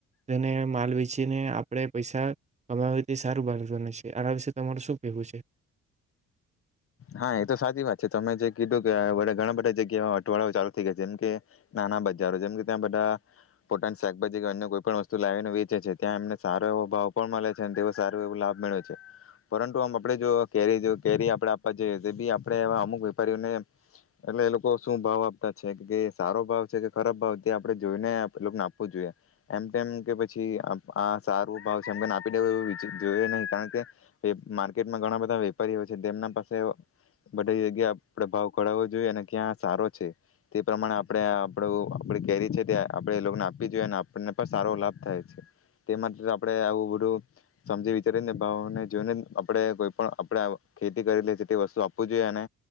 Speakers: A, on the right; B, on the left.
A: તેને માલ વેચીને આપણે પૈસા કમાવે તે સારું બાંધવાને છે આના વિશે તમારે શું કહેવું છે
B: હા એ તો સાચી વાત છે તમે જે કીધું કે વડે ઘણા બધા જગ્યા હઠવાડઓ ચાલુ થઈ ગયા છે જેમ કે નાના બજારો જેમ કે ત્યાં બધા પોટન શાકભાજી કે અન્ય કોઈ પણ વસ્તુ લાવીને વેચે છે ત્યાં એમને સારો એવો ભાવ પણ મળે છે અને તેો સારો એવો લાભ મળે છે પરંતુ આમ આપડે જો કેરી કેરી આપણે પ બી આપડે એવા અમુક વેપારીઓને એટલે એ લોકો શું ભાવ આપતા છે કે સારો ભાવ છે કે ખરાબ ભાવ તે આપણે જોઈને લોકોને આપવું જોઈએ એમ તેમમ કે પછી આ સારું ભાવ છેમ કે આપી દેવ એવ જોઈએ નહી કારણ કે માર્કેટમાં ઘણા બધા વેપારીઓ છે તેમના પાસે બધી જગ્યા આપણે ભાવ કડાવવો જોઈએ અને ક્યાં સારો છે તે પ્રમાણે આપણે આપણ આપની કેરી છે તે આપણે એ લોકોને આપી જોઈએ અને આપણને પણ સારો લાભ થાય છે તે માટે આપણે આવું બધું સમજી વિચારીને ભાવને જોઈનેને આપે કોઈ પણ આપણે ખેતી કરી લે તે વસ્તુ આપવું જોઈએ અને